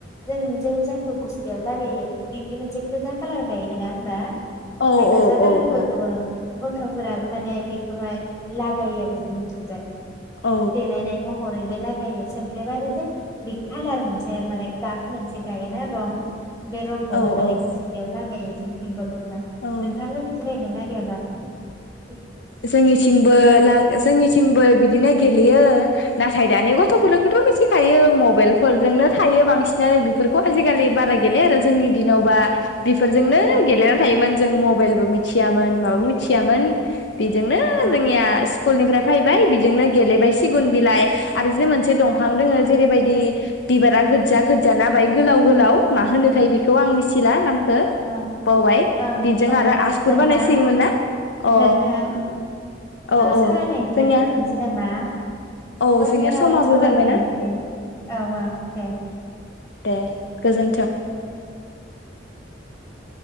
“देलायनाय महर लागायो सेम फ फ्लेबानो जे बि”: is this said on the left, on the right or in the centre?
Left